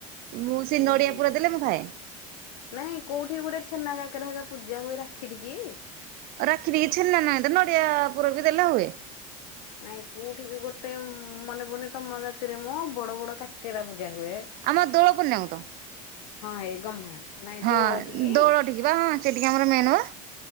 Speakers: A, on the right (about 55°); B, on the left (about 80°).
A: ମୁଁ ସେ
B: ହୁଁ।
A: ନଡିଆ ପୁର ଦେଲେ ମୁଁ ଖାଏ।
B: ନାଇଁ କୋଉଠି ଗୋଟେ ଛେନା କାକେରା ପୂଜା ହୁଏ ରାକ୍ଷୀ ଠିକି
A: ରାକ୍ଷୀ ଠିକି ଛେନା ନାହିଁ ତ ନଡିଆ ପୁର ବି ଦେଲେ ହୁଏ।
B: ନାଇଁ କୋଉଠିକି ଗୋଟେ ମନେ ପଡୁନି ତମ ଜାତିରେ ମୋ ବଡ ବଡ କାକେରା ପୂଜା ହୁଏ।
A: ଆମ ଦୋଳ ପୂର୍ଣ୍ଣିମା କୁ ତ
B: ହଁ ହେ ଗହ୍ମା ନାଇଁ
A: ହଁ
B: ଦୋଳଠିକି?
A: ଦୋଳ ଟିକି ବା ହଁ ସେଠିକି ଆମର ମେନ ବା